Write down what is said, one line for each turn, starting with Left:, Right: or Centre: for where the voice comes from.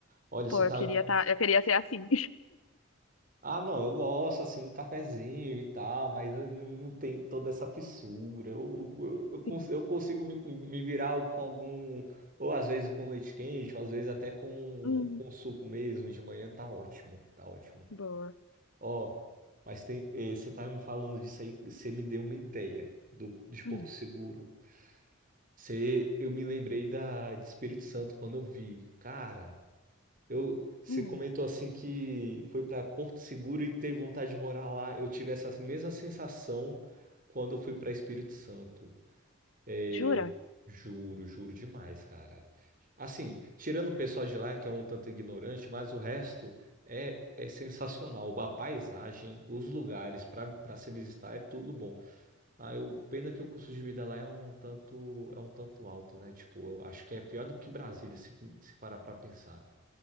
Right: Olha,
Left: Pô,
Right: você
Left: eu
Right: tá.
Left: queria tá, eu queria ser assim.
Right: Ah, não, eu gosto assim no cafezinho e tal, mas eu não não tem toda essa fissura. Eu, eu, eu cons-
Left: <laughs>
Right: eu consigo me, me virar com algum. Ou às vezes com leite quente, ou às vezes até com,
Left: Hum,
Right: com suco mesmo de manhã, tá ótimo, tá ótimo.
Left: boa.
Right: Ó, mas tem, eh, você tá me falando disso aí, você me deu uma ideia do, de Porto
Left: Hum,
Right: Seguro. Você, eu me lembrei da, de Espírito Santo quando eu vi. Cara, eu, você
Left: hum.
Right: comentou assim que foi para Porto Seguro e teve vontade de morar lá. Eu tive essa mesma sensação quando eu fui para Espírito Santo. É,
Left: Jura?
Right: juro, juro demais, cara. Assim, tirando o pessoal de lá, que é um tanto ignorante, mas o resto é, é sensacional. A paisagem, os lugares para para se visitar é tudo bom. Ah, eu, pena que o custo de vida lá é um tanto é um tanto alto, né? Tipo, eu acho que é pior do que Brasília, se, se parar para pensar.